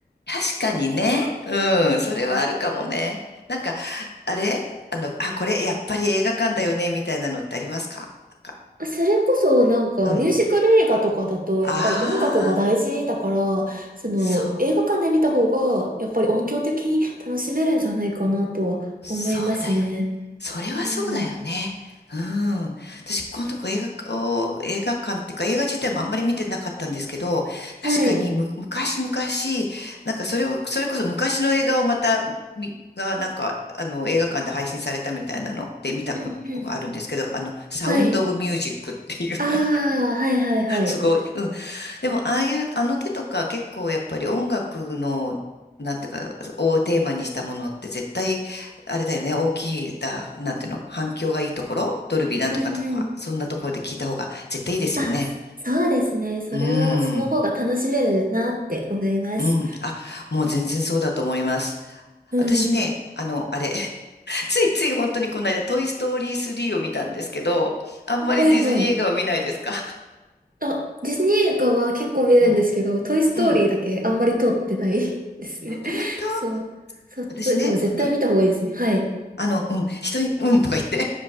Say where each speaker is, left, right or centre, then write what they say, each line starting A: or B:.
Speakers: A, on the left; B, on the right.
A: 確かにね。うん。それはあるかもね。
B: うん
A: なんか、あれあの、あ、これやっぱり映画館だよねみたいなのってありますかなんか、
B: それこそなんかミュージカル映画とかだとやっぱり音楽が大事だからその映画館で見た方がやっぱり音響的に楽しめるんじゃないかなとは思いますね。
A: うん。ああ、そう、そうだよ。それはそうだよね。
B: うんうん。
A: うん。私、このとこ映画を、お映画館っていうか、映画自体もあんまり見てなかったんですけど、
B: はい。
A: 確かにむ、昔々、なんかそれを、それこそ昔の映画をまた、み、が、なんか、あの、映画館で配信されたみたいなのって見たことがあるんですけど、
B: うんうん。
A: あの、サウンド・
B: はい。
A: オブ・ミュージックっていう、
B: ああ、
A: なんか、
B: はいはいはい。
A: すごい、うでも、ああいう、あの手とか結構やっぱり音楽の、なんていうか、をテーマにしたものって絶対、あれだよね、大きい、だ、なんていうの、反響がいいところ、ドルビーなんとかとか、
B: うんうん。
A: そんなところで聞いた方が絶対いいですよね。
B: あ、そそうですね。それは、
A: うー
B: その方が楽しめるなって思います。
A: ん、うん。あ、もう全然そうだと思います。
B: うん。
A: 私ね、あの、あれ、<laughs> ついつい本当にこの間、トイ・ストーリー3を見たんですけど、あんまりディズニー映画を見ないですか
B: あはいはい。あ、ディズニー映画は結構見れるんですけど、
A: <laughs> うん、
B: トイストーリーだけあんまり通ってない
A: うん。
B: <laughs> ですね。
A: 本当
B: <laughs> そう。そう、
A: 私ね、
B: それでも絶対見た方がいいですね。
A: 本当に、
B: はい。
A: あの、うん、人に、うんとか言って。